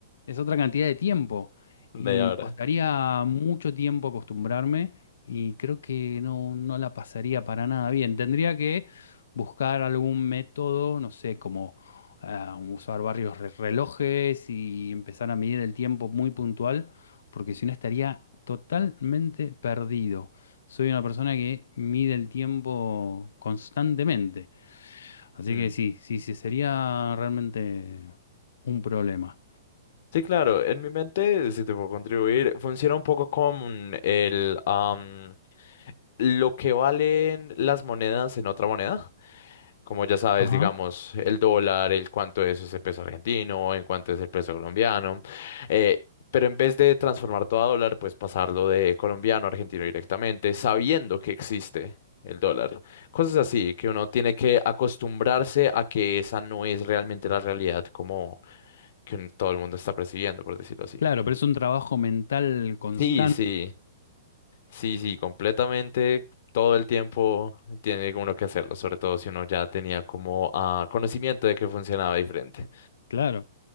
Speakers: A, on the left (about 75°); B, on the left (about 55°).
A: es otra cantidad de tiempo,
B: Media
A: y me
B: hora.
A: costaría mucho tiempo acostumbrarme, y creo que no, no la pasaría para nada bien. Tendría que buscar algún método, no sé, como ah, usar varios re- relojes y empezar a medir el tiempo muy puntual porque si no estaría totalmente perdido. Soy una persona que mide el tiempo constantemente, así
B: Mm.
A: que sí, sí, sí, sería realmente un problema.
B: Sí, claro, en mi mente, si te puedo contribuir, funciona un poco con el, am, lo que valen las monedas en otra moneda. Como ya sabes,
A: Ajá.
B: digamos, el dólar, el cuánto es ese peso argentino, en cuánto es el peso colombiano. eh, pero en vez de transformar todo a dólar, pues pasarlo de colombiano a argentino directamente, sabiendo que existe el dólar. Cosas así, que uno tiene que acostumbrarse a que esa no es realmente la realidad como que un- todo el mundo está percibiendo, por decirlo así.
A: Claro, pero es un trabajo mental constante,
B: Sí, sí. Sí, sí, completamente. Todo el tiempo tiene uno que hacerlo, sobre todo si uno ya tenía como ah, conocimiento de que funcionaba diferente.
A: claro.